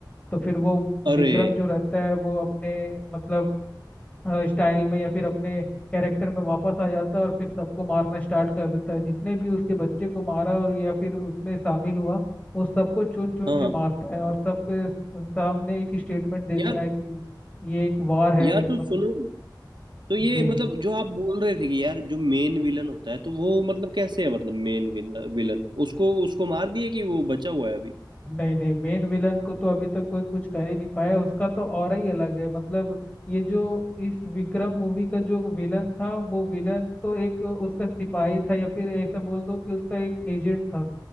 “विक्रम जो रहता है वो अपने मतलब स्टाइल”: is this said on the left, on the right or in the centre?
Left